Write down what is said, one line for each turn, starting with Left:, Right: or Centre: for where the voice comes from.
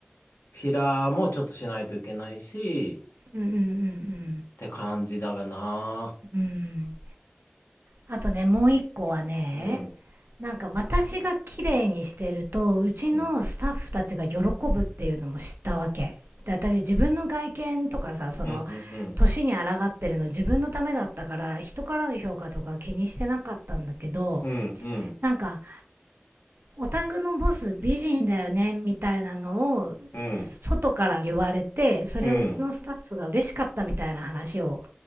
Left: フィラーもちょっとしないといけないし、
Right: うんうんうん
Left: って感じだがな。
Right: うんうんあとね、もう一個はね、
Left: うん。
Right: なんか私が綺麗にしてると、うちのスタッフたちが喜ぶっていうのも知ったわけ。
Left: うん
Right: で、私自分の外見とかさ、その、
Left: うんうん
Right: 年に抗ってるの自分のためだったから、人からの評価とか気にしてなかったんだけど、
Left: うんうん
Right: なんか、オタクのボス美人だよね、みたいなのを、外から言われて、
Left: うん
Right: それをうちのスタッフが嬉しかったみたいな話を
Left: うん